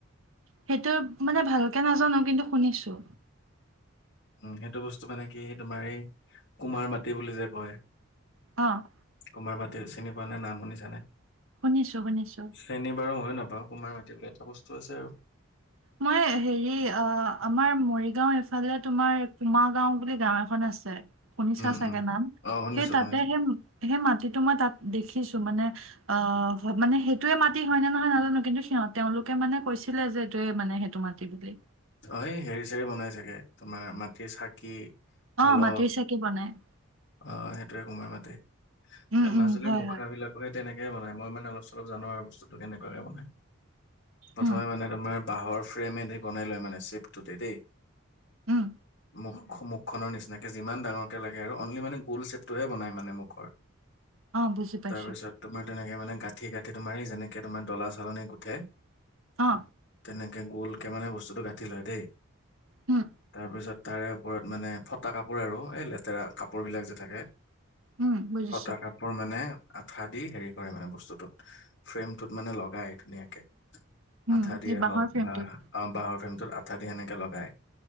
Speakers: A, on the right; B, on the left.
A: সেইটো মানে ভালকে নাজানোঁ কিন্তু শুনিছোঁ।
B: উম, সেইটো বস্তু মানে কি তোমাৰ এই কুমাৰ মাটি বুলি যে কয়।
A: অ'
B: কুমাৰ মাটি চিনি পোৱা নে নাম শুনিছানে?
A: শুনিছো শুনিছো
B: চিনি বাৰু মইয়ো না পাওঁ। কোমাৰ মাটি বোলি এটা বস্তু আছে আৰু
A: মই হেৰি অ' আমাৰ মৰিগাঁও এফালে তোমাৰ কুমাৰ গাঁও বুলি গাঁও এখন আছে। শুনিছা
B: উম
A: চাগে
B: উম
A: নাম।
B: অ শুনিছো
A: সেই তাতে
B: শুনিছো
A: সেই সেই মাটিটো মই তাত দেখিছোঁ মানে অ' মানে সেইটোয়ে মাটি হয়নে নহয় নাজানোঁ, কিন্তু সিহঁতে তেওঁলোকে মানে কৈছিলে যে সেইটোৱে মানে সেইটো মাটি বুলি
B: অ' এই হেৰি চেৰি বনাই চাগে তোমাৰ মাটিৰ চাকি কলহ
A: অহ' মাটিৰ চাকি বনায়।
B: অ' সেইটোয়ে কুমাৰ মাটি
A: উম
B: এই মাজুলীৰ
A: উম হয়
B: মুখৰাবিলাক
A: হয়
B: সেই তেনেকে এ বনাই মই মানে অলপ চলপ জানোঁ আৰু বস্তুটো কেনেকুৱাকে বনাই প্ৰথমে
A: উম
B: মানে তোমাৰ বাঁহৰ ফ্ৰেম এদি বনাই লয় মানে চেপটোতে দেই
A: উম
B: মুখ মুখ মুখনৰ নিচিনাকে যিমান ডাঙৰক লাগে অনলি মানে গোল চেপটোহে বনাই মানে মুখৰ
A: অ বুজি পাইছো
B: তাৰপিছত তোমাৰ তেনেকে মানে গাঁঠি গাঁঠি তোমাৰ যেনেকে তোমাৰ ডলা চালনী গুঠে
A: অ
B: তেনেকে গোল এনেকে মানে বস্তুটো গাঁঠি লয় দেই,
A: উম
B: তাৰপিছত তাৰে ওপৰত মানে ফটা কাপোৰ আৰু এই লেতেৰা কাপোৰবিলাক যে থাকে
A: উম বুজিছো
B: ফটা কাপোৰ মানে আঠা দি হেৰি কৰে মানে বস্তুটোত ফ্ৰেমটোত মানে লগাই ধুনীয়াকে
A: উম
B: আঠা দিয়ে
A: এই বাঁহৰ
B: হওঁক
A: ফ্ৰেমটোত
B: বা বাঁহৰ ফ্ৰেমটোত আঠা দি সেনেকে লগায়।